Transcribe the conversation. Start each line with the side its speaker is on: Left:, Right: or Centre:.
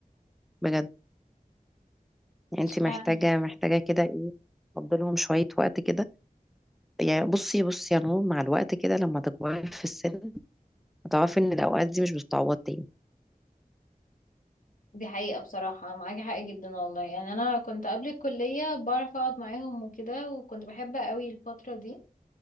Centre: بجد يعني
Left: اشمعنى؟
Centre: انت محتاجه محتاجه كده ايه تفضلهم شويه وقت كده يعني بصي بصي يا نور مع الوقت كده لما تكبري في السن هتعرفي ان الاوقات دي مش بتتعوض تاني
Left: دي حقيقة بصراحة معاكي حق جدا والله يعني أنا كنت قبل الكلية بعرف أقعد معاهم وكده وكنت بحب قوي الفترة دي